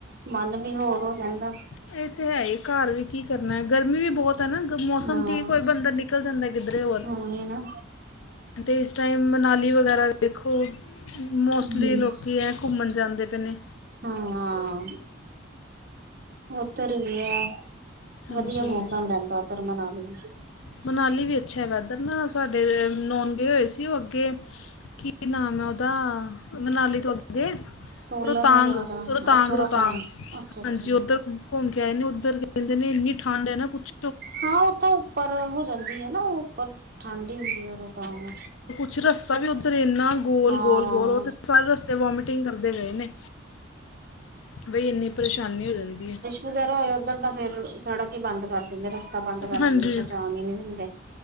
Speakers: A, on the right; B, on the left.
A: ਮਨ ਵੀ ਹੋਰ ਹੋ ਜਾਂਦਾ।
B: ਏ ਤੇ ਹੈ ਈ, ਘਰ ਵੀ ਕੀ ਕਰਨਾ ਏ ਗਰਮੀ ਵੀ ਬੋਤ ਇਕ ਤਾ ਨਾ ਮੌਸਮ
A: ਹਾਂ,
B: ਠੀਕ ਹੋਏ ਬੰਦਾ ਨਿਕਲ ਜਾਂਦਾ ਕਿੱਧਰੇ ਹੋਰ।
A: ਉਹੀ ਨਾ।
B: ਤੇ ਇਸ ਟਾਈਮ ਮਨਾਲੀ ਵਗੈਰਾ ਦੇੇਖੋ। ਮੋਸਟਲੀ
A: ਹੂੰ,
B: ਲੋਕੀ ਐ ਘੁੰਮਣ ਜਾਂਦੇ ਪਏ ਨੇ।
A: ਹੂੰ ਹਾਂ। ਓਧਰ ਵੀ ਆ,
B: ਹਾਂਜੀ
A: ਵਧੀਆ ਮੌਸਮ ਰੈਂਦਾ ਓਧਰ ਮਨਾਲੀ ਵੀ।
B: ਮਨਾਲੀ ਵੀ ਅੱਛਾ ਹੈ ਵੈਦਰ ਨਾ, ਸਾਡੇ ਨੋਨ ਗਏ ਹੋਏ ਸੀ। ਸੀ ਓਹ ਅੱਗੇ ਕੀ ਨਾਮ ਏ ਓਦਾ ਮਨਾਲੀ ਤੋਂ ਅੱਗੇ।
A: ਸੋਲਨ
B: ਰੋਤਾਂਗ,
A: ਵਗੈਰਾ,
B: ਰੋਤਾਂਗ,
A: ਅੱਛਾ
B: ਰੋਤਾਂਗ,
A: ਰੋਹਤਾਂਗ, ਅੱਛਾ-ਅੱਛਾ।
B: ਹਾਂਜੀ ਓਧਰ ਘੁੰਮ ਕੇ ਆਏ ਨੇ, ਔਧਰ ਕੈੰਦੇ ਨੇ ਇੰਨੀ ਠੰਡ ਹੈ ਨਾ ਪੁੱਛ
A: ਹਾਂ, ਔਥੋਂ ਉੱਪਰ ਹੋ ਜਾਂਦੀ ਏ ਨਾ, ਉੱਪਰ ਠੰਢ ਹੀ ਹੁੰਦੀ ਐ ਰੋਤਾਂਗ।
B: ਚੋਰਸਤਾ ਵੀ ਓਧਰ ਏਨਾ ਗੋਲ,
A: ਹਾਂ
B: ਗੋਲ, ਗੋਲ। ਔਤੇ ਸਾਰੇ ਰਸਤੇ ਵੋਮਟਿੰਗ ਕਰਦੇ ਗਏ ਨੇ। ਬਈ ਏਨੀ ਪਰੇਸ਼ਾਨੀ ਹੋ ਜਾਂਦੀ ਏ।
A: ਵਗ਼ੈਰਾ ਹੋਏ ਓਧਰ ਦਾ ਫੇਰ ਸੜਕ ਹੀ ਬੰਦ ਕਰ ਕੈੰਦੈ ਰਸਤਾ ਬੰਦ ਕਰ
B: ਹਾਂਜੀ
A: ਦਿੰਦੇ ਓਧਰ ਜਾਣ ਈ ਨੀ ਦਿੰਦੇ।